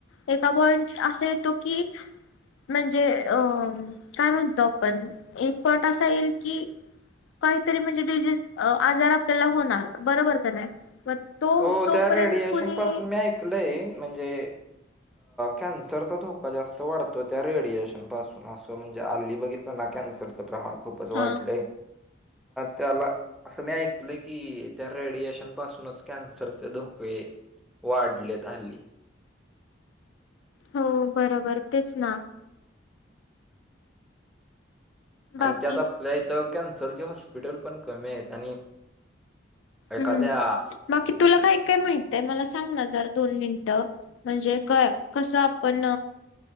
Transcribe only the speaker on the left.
एका पॉइंट अस येतो की म्हणजे अ काय म्हणतो आपण. एक पॉईंट असा येईल की काहीतरी म्हणजे डीजीस आजार आपल्याला होणार. बरोबर का नाही. तो
तोपर्यंत
कुणी
हा
हो बरोबर तेच ना.
बाकी
हम्म बाकी तुला काय काय माहित आहे. मला सांग ना जरा दोन मिनिटं. म्हणजे कस आपण